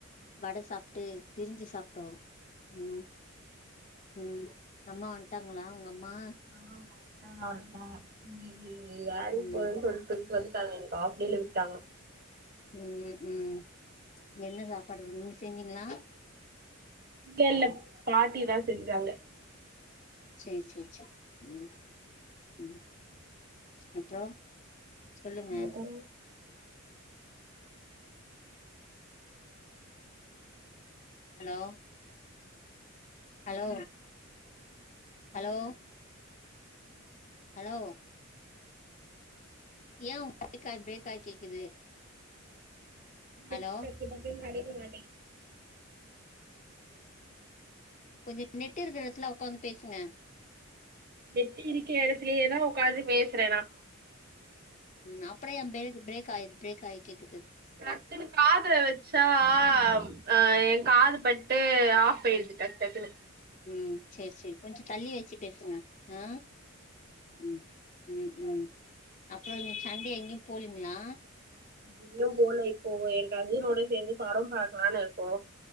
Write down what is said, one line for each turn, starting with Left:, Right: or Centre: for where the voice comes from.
Left: வட சாப் ட்டு பிரிஞ்சு சாப்ட்டோ ம் ம் அம்மா வன்ட்டாங்ளா உங்க அம்மா
Right: ஆ வன்ட்டாங்க இன்னிக்கி வேலைக்
Left: ம்
Right: போறன் சொல்டு விட்டாங்க இன்னிக்கி ஆஃப்டேல விட்டாங்க
Left: ம் ம் என்ன சாப்பாடு நீங்க செஞ்சீங்ளா
Right: இல்ல இல்ல பாட்டி தா செஞ்சாங்க
Left: சேரி சேரி சேரி ம் ம் அப்றோ சொல்லுங்க
Right: அப்றோ
Left: ஹலோ ஹலோ ஹலோ ஹலோ ஏன் உங்க வாய்ஸ் பிரேக் ஆயி பிரேக் ஆயி கேக்குது
Right: நெட்
Left: ஹலோ
Right: டக்கு டக்குனு கடைக்கமாட்டங்
Left: கொஞ்சோ நெட்டு இருக்குற இடத்துல உக்காந்து பேசுங்க
Right: நெட்டு இருக்கிற இடத்துலயேதா உக்காந்து பேசுற நா
Left: ம் அப்பற ஏன் பிரேக் பிரேக் ஆயி பிரேக் ஆயி கேக்குது
Right: டக்குனு காதுல வச்சா ஆ என் காது பட்டு ஆஃப் ஆயிடுது டக்டக்குனு
Left: ம் சேரி சேரி கொஞ்சம் தள்ளி வச்சி பேசுங்க ஆ ம் ம் ம் அப்பற நீங்க சண்டே எங்கயு போலீங்ளா
Right: எங்கியு போல இப்போ என் கசினோடு சேந்து படம் பாக்லானு இருக்கோ